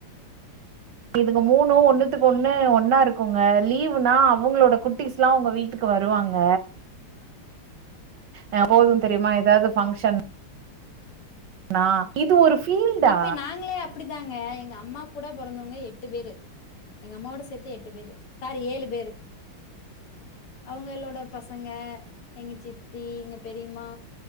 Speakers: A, on the right; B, on the left.
A: இதுங்க மூணு ஒண்ணுத்துக்கு ஒண்ணு ஒண்ணா இருக்குங்க லீவுனா அவுங்களோட குட்டிஸ்லா உங்க வீட்டுக்கு வருவாங்க ஆ போகுதும்.
B: ம்
A: தெரிம்மா ஏதாவது ஃபங்க்ஷன் நா இது ஒரு ஃபீல்டா
B: இப்ப நாங்களே அப்டிதாங்க எங்க அம்மாக் கூட பொறந்தவங்க எட்டு பேரு எங்க அம்மாவோட சேத்து எட்டு பேரு சாரி ஏழு பேரு அவுங்களோட பசங்க எங்க சித்தி எங்க பெரிம்மா